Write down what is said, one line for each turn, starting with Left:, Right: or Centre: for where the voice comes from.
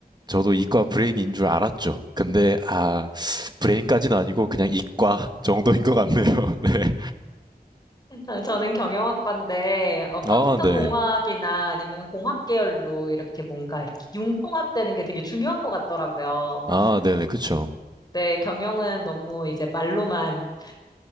Right: 저도 이과 브레인인 줄 알았죠. 근데 아, 브레인까지는 아니고 그냥 이과 <laughs> 정도인 것 같네요. <laughs> 네.
Left: 아, 저는 경영학과인데, 어, 컴퓨터
Right: 아, 네.
Left: 공학이나 아니면 공학 계열로 이렇게 뭔가 이렇게 융통합되는 게 되게 중요한 것 같더라고요.
Right: 아, 네네. 그쵸.
Left: 네, 경영은 너무 이제 말로만